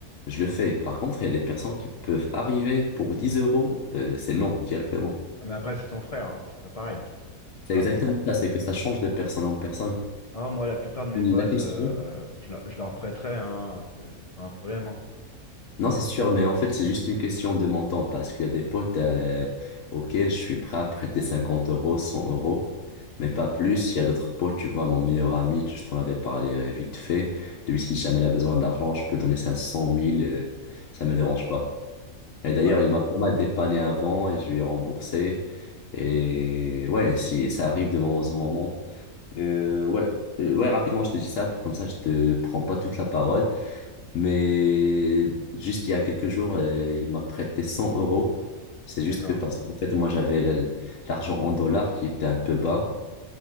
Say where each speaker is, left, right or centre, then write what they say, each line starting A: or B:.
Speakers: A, on the left (about 65°); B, on the left (about 40°).
A: je le fais. Par contre, il y a des personnes qui peuvent arriver pour 10 euros, euh, c'est non, directement.
B: Ah, mais après, c'est ton frère, hein, c'est pas pareil, tu
A: C'est
B: vois.
A: exactement ça, c'est que ça change de personne en personne.
B: Ah, moi, la plupart de mes
A: La
B: potes,
A: question.
B: euh, je, leur je leur prêterais, hein, c'est c'est pas un problème. hein.
A: Non, c'est sûr, mais en fait, c'est juste une question de montant parce qu'il y a des potes euh, auxquels je suis prêt à prêter 50 euros, 100 euros, mais pas plus. Il y a d'autres potes, tu vois, mon meilleur ami, je t'en avais parlé euh, vite fait. Lui, si jamais il a besoin d'argent, je peux donner 500 000, euh, ça me dérange pas. Et d'ailleurs,
B: Ouais,
A: il m'a pas mal dépanné avant et je lui ai remboursé. Et ouais, si ça arrive de moment en moment. Euh, ouais, Euh, ouais, rapidement, je te dis ça, pour- comme ça, je te prends pas toute la parole. Mais juste il y a quelques jours, euh, il m'a prêté 100 euros. C'est juste
B: d'accord.
A: que parce qu'en fait, moi, j'avais la- l'argent en dollars qui était un peu bas.